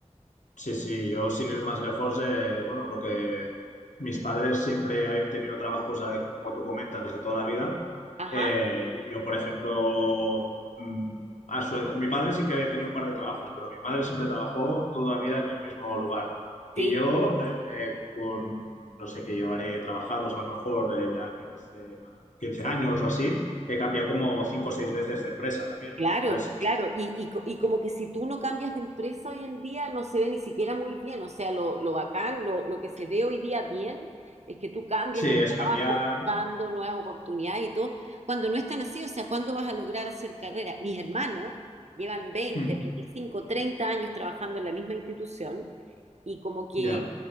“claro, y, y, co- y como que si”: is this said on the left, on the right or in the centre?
Right